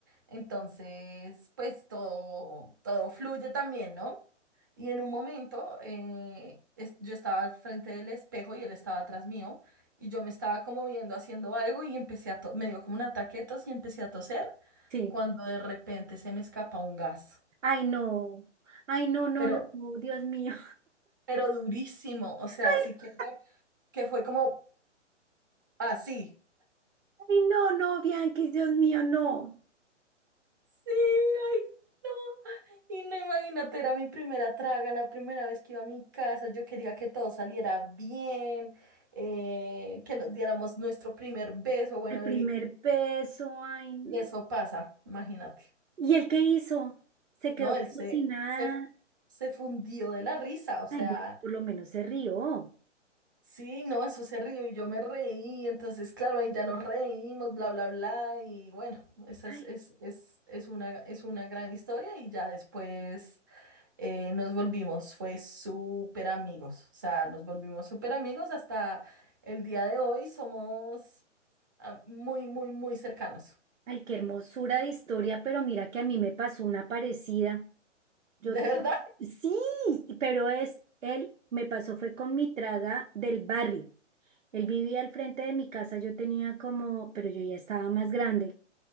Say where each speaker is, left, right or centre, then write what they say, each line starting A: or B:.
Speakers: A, on the right (about 15°); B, on the right (about 80°).
A: entonces pues todo, todo fluye también, ¿no? Y en un momento eh, es- yo estaba al frente del espejo y él estaba atrás mío y yo me estaba como viendo haciendo algo y empecé a, to- me dio como un ataque de tos y empecé a toser
B: Sí.
A: cuando de repente se me escapa un gas,
B: Ay, no. Ay, no, no,
A: pero,
B: no, Dios mío.
A: pero durísimo, o
B: <laughs>
A: sea, sí que fue que fue como Así.
B: Ay, no, no, Bianquis, Dios mío, no.
A: Sí, ay, no. Y no imagínate, era mi primera traga, la primera vez que iba a mi casa. Yo quería que todo saliera bien, eh, que nos diéramos nuestro primer beso. Bueno,
B: El primer
A: y, y-
B: beso, ay. no.
A: y eso pasa, imagínate.
B: ¿Y él qué hizo? Se quedó
A: No, él
B: como
A: se,
B: si nada.
A: se, se fundió de la risa, o sea,
B: Ay, bueno, por lo menos se rió.
A: sí, no, eso se rió y yo me reí. Entonces, claro, ahí ya nos reímos, bla, bla, bla. Y bueno, esa es,
B: Ay,
A: es, es, es una, es una gran historia y ya después. eh, nos volvimos, fue súper amigos, o sea, nos volvimos súper amigos hasta el día de hoy, somos ah, muy, muy, muy cercanos.
B: ay, qué hermosura de historia, pero mira que a mí me pasó una parecida. Yo
A: <laughs> De
B: te...
A: verdad,
B: Sí, pero es, él me pasó fue con mi traga del barrio. Él vivía al frente de mi casa, yo tenía como, pero yo ya estaba más grande.